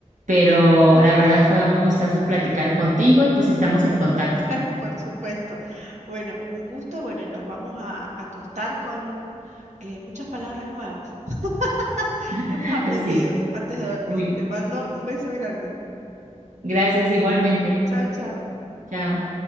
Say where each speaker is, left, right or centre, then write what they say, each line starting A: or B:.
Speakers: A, on the right (about 85°); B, on the right (about 65°).
A: pero la verdad fue un gustazo platicar contigo y pues estamos en contacto.
B: <laughs> por supuesto. Bueno, un gusto. Bueno, y nos vamos a acostar con eh, muchas palabras nuevas. <laughs> Hemos
A: <laughs>
B: aprendido
A: Sí,
B: antes de dormir.
A: muy bien.
B: Te mando un beso grande.
A: Gracias igualmente.
B: Chao, chao.
A: Chao.